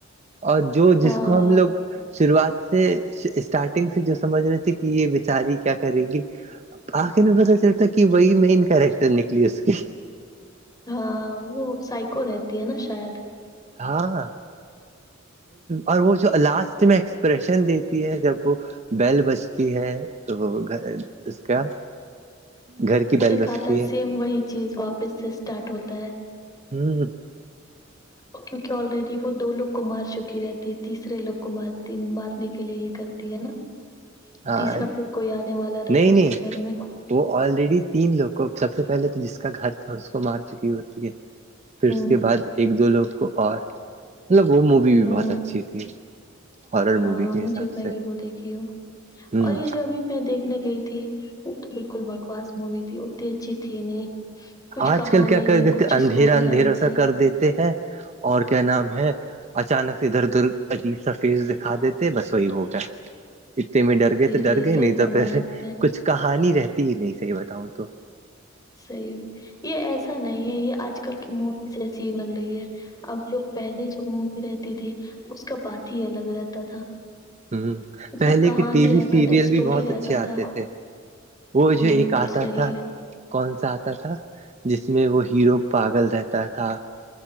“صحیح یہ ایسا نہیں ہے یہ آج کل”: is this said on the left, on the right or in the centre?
Left